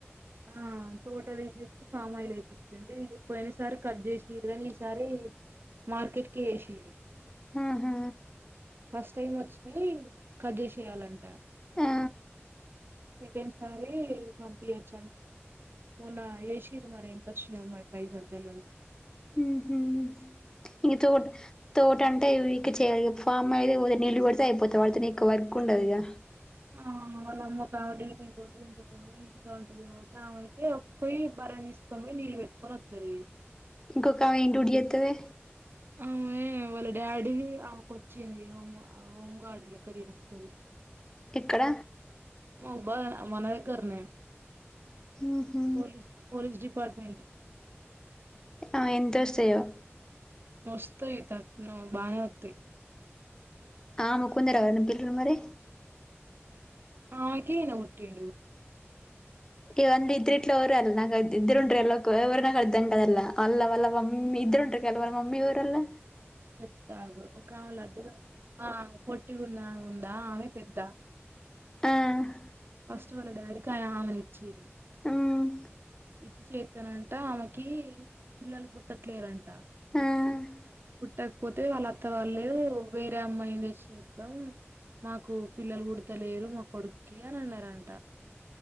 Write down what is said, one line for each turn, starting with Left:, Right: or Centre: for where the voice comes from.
Right: ఆ తోట తీసేసి ఫమాయిలు అయిించండి పోయిన సారి కట్ చేసి కాని ఈసారి మార్కెట్కి ఏసిర్రు
Left: ఆహా
Right: ఫస్ట్ టైం వచ్చిన కజేసయాలంట
Left: ఆ
Right: సక స మంపిీ అచ్చ మన్న ఏేసిర మరిేంత తక్షణ అమ్మాయి పైస తెల
Left: మ్హూ ఇంక తోట తోట అంటే ఇక చెయాలి ఫమ్ అయిది నీల్లు వడితే అయిపోతా వాళ్ళతేనే ఇం వర్క్ ఉండదుగా
Right: ఆ వా అమ్మ కావ ఇంటి పోద్దు ఇంకో కావ ఇంటికా ఉంటుంది కాబ అయితే పోయి బర మీ నీళ్ళ పెేట్టుకుొని వర
Left: ఇంకొక ఆమె ఏం డ్యూటీ చేస్తది
Right: అవును వాళ్ళ డాడీ ఆమెకు వచ్చింది హోమ్ హోంగార్డ్ లెక్క చేస్తుంది
Left: ఇక్కడ
Right: మహుబా మన దగ్గరనే
Left: మ్హూ
Right: పోలీస్ పోలీస్ డిపార్ట్మెంట్
Left: ఆ ఎంతొస్తాయో
Right: వస్తయి తట్ నువ్ బానే వొత్తయ్
Left: ఆ ముకుందరావం పిల్ మరి
Right: ఆమె కీనా ముట్టిండు
Left: ఇ వంద ఇద్దరిట్ల ఎవరో అల్ నాకైతి ఇద్దరుంటారు ఎళ్లకో ఎవరో నాకు అర్ధం తాటెల్ల అంద్ల అల్ మమ్మీ ఇద్దరుంటారు కల వాళ్ళ మమ్మీ ఎవరల్లో
Right: చెప్తాగు ఒక ఆమె లడ్డుగా ఆ పొట్టి ఉన్న ఆమె ఉందా ఆమె పెద్ద
Left: ఆ
Right: ఫస్ట్ వాళ్ళ డాడీ కి ఆయామ ఈచిర్రు
Left: మ్
Right: ఇత్తు చేతనంట ఆమెకి పిల్లలు పుట్టట్లేరంట
Left: అవునా
Right: పుట్టకపోతే వాళ్ళ అత్త వాళ్ళు వేరే అమ్మాయి తెచ్చి చేత్తం మాకు పిల్లలు పుడతలేరు మా కొడుక్కి అని అన్నరంట